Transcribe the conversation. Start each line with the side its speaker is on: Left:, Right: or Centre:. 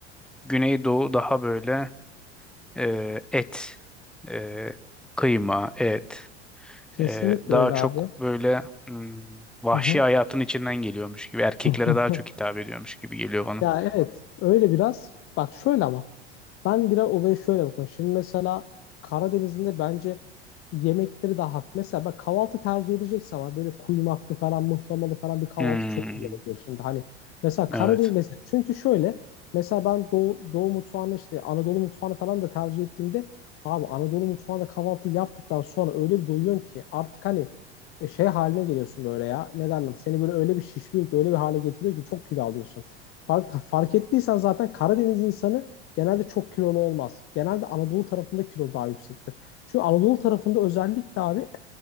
Centre: Güneydoğu daha böyle e, et, e, kıyma, et.
Left: Kesinlikle
Centre: E, daha
Left: öyle
Centre: çok
Left: abi.
Centre: böyle hmm, vahşi
Left: Hı hı.
Centre: hayatın içinden geliyormuş gibi. Erkeklere
Left: <laughs>
Centre: daha çok hitap ediyormuş gibi geliyor bana.
Left: Ya evet öyle biraz. Bak şöyle ama Ben biraz olaya şöyle bakıyorum. Şimdi mesela Karadeniz'in de bence yemekleri daha hafif. Mesela ben kahvaltı tercih edecekse ama böyle kuymaklı falan, mıhlamalı falan bir kahvaltı
Centre: Hmm.
Left: çok güzel oluyor. Şimdi hani mesela Karadeniz
Centre: Evet.
Left: mesela çünkü şöyle mesela ben Doğu, Doğu mutfağını işte Anadolu mutfağını falan da tercih ettiğimde abi Anadolu mutfağında kahvaltı yaptıktan sonra öyle bir doyuyorsun ki artık hani e, şey haline geliyorsun böyle ya. Ne derler? Seni böyle öyle bir şişliyor ki öyle bir hale getiriyor ki çok kilo alıyorsun. Fark, fark ettiysen zaten Karadeniz insanı genelde çok kilolu olmaz. Genelde Anadolu tarafında kilo daha yüksektir. Çünkü Anadolu tarafında özellikle abi